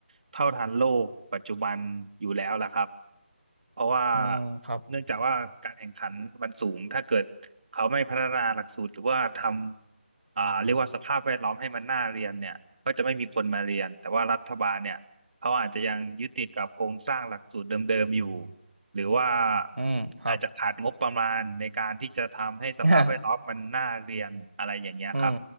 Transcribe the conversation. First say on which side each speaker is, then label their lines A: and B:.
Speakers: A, on the right (about 45°); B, on the right (about 75°).
A: เท่าทันโลกปัจจุบันอยู่แล้วล่ะครับเพราะว่า
B: อืมครับ
A: เนื่องจากว่าการแข่งขันมันสูงถ้าเกิดเขาไม่พัฒนาหลักสูตรหรือว่าทำอ่าเรียกว่าสภาพแวดล้อมให้มันน่าเรียนเนี่ยก็จะไม่มีคนมาเรียนแต่ว่ารัฐบาลเนี่ยเขาอาจจะยังยึดติดกับโครงสร้างหลักสูตรเดิมๆอยู่ หรือว่า
B: อืมครับ
A: อาจจะขาดงบประมาณในการที่จะทำให้สภาพแวดล้อมมันน่าเรียนอะไรอย่างเงี้ยครับ
B: <laughs> อืม